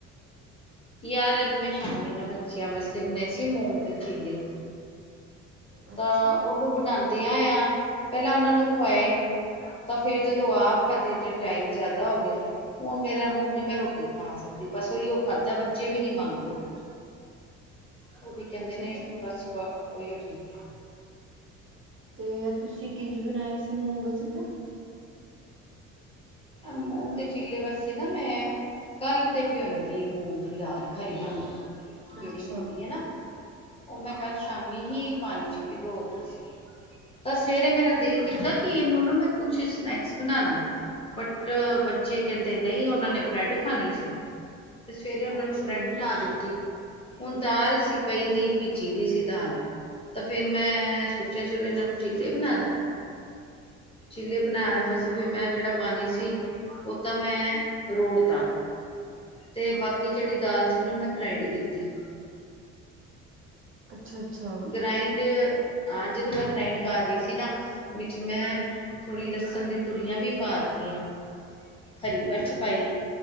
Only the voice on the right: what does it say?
ਅੱਛਾ
ਅੱਛਾ
ਅੱਛਾ
ਤੇ ਤੁਸੀਂ ਕਿੰਜ ਬਣਾਇਆ ਸੀ ਮੂੰਗ ਦਾ ਚਿੱਲਾ?
ਅੱਛਾ
ਅੱਛਾ
ਅੱਛਾ
ਅੱਛਾ-ਅੱਛਾ।